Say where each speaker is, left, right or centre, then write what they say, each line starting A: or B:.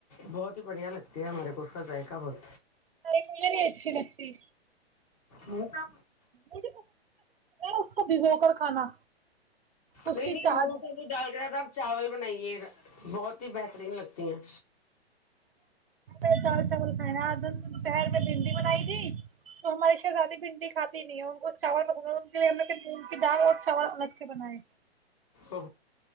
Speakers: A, on the left; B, on the right.
A: بہت ہی بڑھیا لگتی ہے ہمارے کو اس کا ذائقہ بہت
B: نہیں مج نہیں اچچ نکتی
A: م کا
B: مجھے اس کو بھگو کر کھانا اس
A: نہیں
B: کی
A: نہیں
B: چاٹ
A: من کا بھی ڈال گ تھا چاول بنائیے بہت ہی بہترین لگتی ہیں
B: ر دال چاول کھائے آج ہم دوپہر میں بھنڈی بنائی تھی تو ہماری شہزادی بھنڈی کھاتی نہیں ہے ان کو چاول ان کے لیے ہم نے م کی دال اور چاول الگ سے بنائے
A: ا